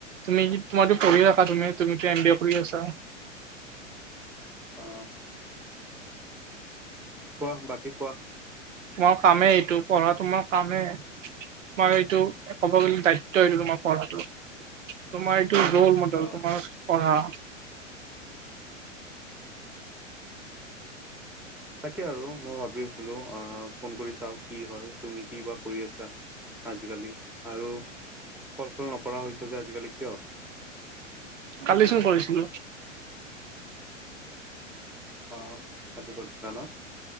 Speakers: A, on the right; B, in the centre.
A: তুমি কি <unintelligible> কৰি আছা।
B: অ কোৱা বাকী কোৱা।
A: তোমাৰ কামেই এইটো পঢ়া তোমাৰ কামেই তোমাৰ এইটো ক'ব
B: উম
A: গলে দায়িত্ব এইটো তোমাৰ। তোমাৰ এইটো ৰোল মডেল
B: অ
A: তোমাৰ, পঢ়া,
B: তাকে আৰু মই ভাবি আছিলোঁ অ ফোন কৰি চাওঁ কি হয়। তুমি কি বা কৰি আছা আজিকালি। আৰু কল চল নকৰা হৈছে যে আজিকালি কিয়।
A: কালিছোন কৰিছিলোঁ।
B: অ কালি কৰিছিলা ন,